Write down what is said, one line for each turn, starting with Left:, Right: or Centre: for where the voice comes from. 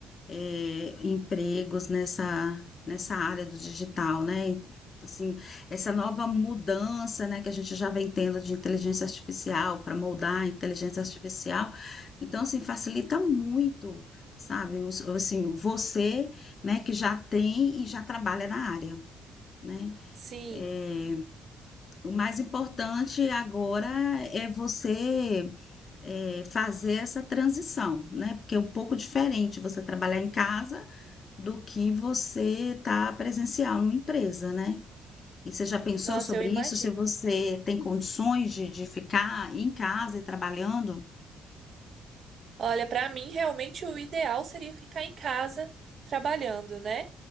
Left: eh, empregos nessa, nessa área do digital, né? E, Assim, essa nova mudança, né, que a gente já vem tendo de inteligência artificial para moldar a inteligência artificial. Então, assim, facilita muito, sabe? Os- Assim, você, né, que já tem e já trabalha na área, né?
Right: Sim,
Left: Eh, o mais importante agora é você eh, fazer essa transição, né? Porque é um pouco diferente você trabalhar em casa do que você tá presencial numa empresa, né? E você já pensou
Right: nossa,
Left: sobre
Right: eu imagino.
Left: isso? Se você tem condições de, de ficar em casa e trabalhando?
Right: Olha, para mim realmente o ideal seria ficar em casa trabalhando, né?